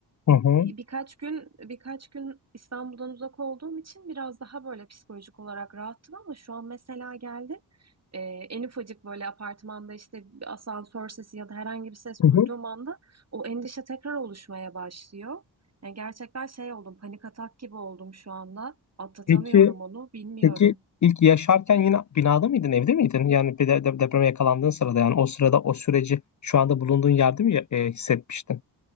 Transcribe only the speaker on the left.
hı.
Hı hı.
Peki
Peki ilk yaşarken yine binada mıydın, evde miydin? Yani bir de, de- depreme yakalandığın sırada yani o sırada o süreci şu anda bulunduğun yerde mi e, hissetmiştin?